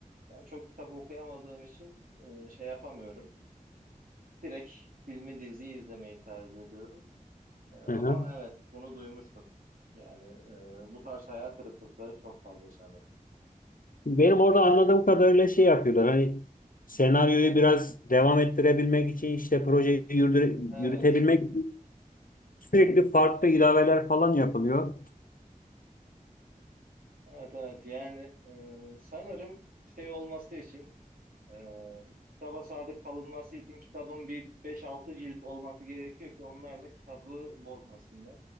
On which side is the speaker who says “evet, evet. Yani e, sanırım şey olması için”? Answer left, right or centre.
Right